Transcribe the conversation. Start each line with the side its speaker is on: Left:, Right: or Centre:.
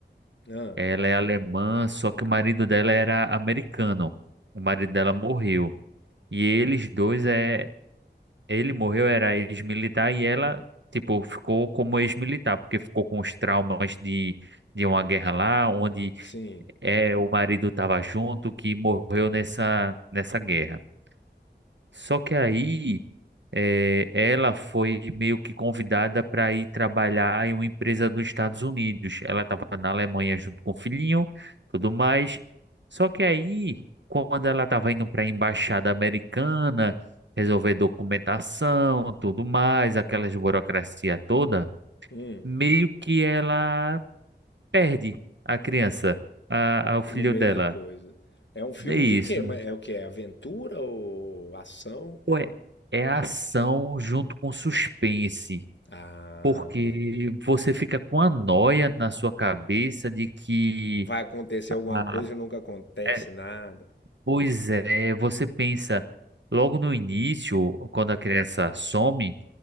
Left: Ah,
Right: Ela é alemã, só que o marido dela era americano. O marido dela morreu. E eles dois é, Ele morreu, era ex-militar, e ela, tipo, ficou como ex-militar, porque ficou com os traumas de, de uma guerra lá, onde
Left: sim.
Right: é, o marido estava junto, que morreu nessa, nessa guerra. Só que aí eh, ela foi meio que convidada para ir trabalhar em uma empresa dos Estados Unidos. Ela estava na Alemanha junto com o filhinho, tudo mais. Só que aí, quando ela estava indo para a embaixada americana, resolver documentação, tudo mais, aquelas burocracia toda,
Left: Hum,
Right: meio que ela perde a criança, a, o filho
Left: no meio
Right: dela.
Left: da coisa. É um filme
Right: É isso.
Left: de quê? Mas É o quê? É Aventura ou ação?
Right: Pô, É é ação junto com suspense.
Left: Ah,
Right: porque você fica com a noia na sua cabeça de que,
Left: vai acontecer alguma
Right: ah,
Left: coisa e nunca acontece
Right: é,
Left: nada.
Right: pois é, você pensa logo no início, quando a criança some.